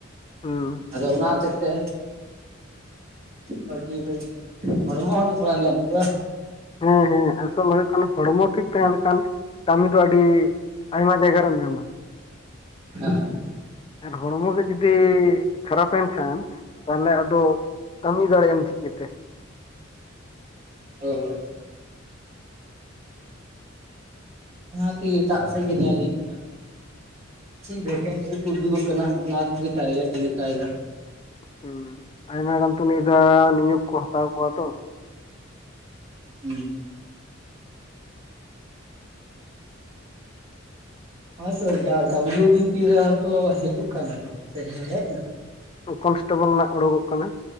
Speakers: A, on the left (about 25°); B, on the right (about 30°).
A: ᱦᱩᱸ
B: ᱟᱫᱚ ᱚᱱᱟ ᱦᱚᱛᱮᱜ ᱛᱮ ᱵᱟᱜᱤ ᱠᱟᱹᱫᱟᱧ ᱦᱚᱲᱢᱚᱸ ᱛᱚ ᱛᱷᱚᱲᱟ ᱱᱮᱞ ᱦᱞᱭᱩᱜᱼᱟ ᱾
A: ᱦᱮᱸ ᱦᱮᱸ ᱟᱥᱚᱞ ᱦᱩᱭᱩᱜ ᱠᱟᱱᱟ ᱦᱚᱲᱢᱚ ᱴᱷᱤᱠ ᱛᱟᱦᱮᱸ ᱞᱮᱱᱠᱷᱟᱱ ᱠᱟᱹᱢᱤ ᱫᱚ ᱟᱹᱰᱤ ᱟᱭᱢᱟ ᱡᱟᱭᱜᱟ ᱨᱮᱢ ᱧᱟᱢᱟ᱾
B: ᱦᱮ
A: ᱟᱨ ᱦᱚᱲᱢᱚ ᱜᱮ ᱡᱩᱫᱤ ᱠᱷᱟᱨᱟᱯ ᱮᱱ ᱠᱷᱟᱱ ᱛᱟᱦᱚᱞᱮ ᱟᱫᱚ ᱠᱟᱹᱢᱤ ᱫᱟᱲᱮᱭᱟᱢ ᱪᱤᱠᱟᱹᱛᱮ?
B: ᱦᱚᱭ ᱚᱱᱟᱛᱮ ᱮᱴᱟᱜ ᱥᱮᱫ ᱜᱮ ᱧᱮᱞ ᱦᱩᱭᱩᱜ ᱠᱟᱱᱟ, ᱵᱷᱮᱠᱮᱱᱥᱤ ᱠᱩ‌ ᱩᱰᱩᱜᱚᱜ ᱠᱟᱱᱟ ᱚᱱᱟ ᱠᱚᱜᱮ ᱴᱟᱨᱜᱮᱴ ‌ᱞᱮᱜᱟᱭ ᱫᱟ᱾
A: ᱦᱩᱸ ᱟᱭᱢᱟ ᱜᱟᱱ ᱛᱚ ᱱᱤᱭᱟᱹ ᱫᱷᱟᱣ ᱱᱤᱭᱳᱠ ᱠᱚ ᱦᱟᱛᱟᱣ ᱠᱚᱣᱟ ᱛᱚ᱾
B: ᱦᱩᱸ᱾ ᱱᱚᱭ-ᱛᱚ ᱫᱟᱜ ᱫᱟ ᱵᱩᱞᱩ ᱵᱤᱯᱤ ᱨᱮ ᱦᱟᱸ ᱛᱚ ᱦᱮᱡᱩᱜ ᱠᱟᱱᱟ ᱛᱚ ᱥᱮ ᱦᱮᱡᱼᱼ
A: ᱦᱩᱸᱠᱚᱱᱥᱴᱮᱵᱚᱞ ᱨᱮᱱᱟᱜ ᱚᱲᱩᱠᱚᱜ ᱠᱟᱱᱟ,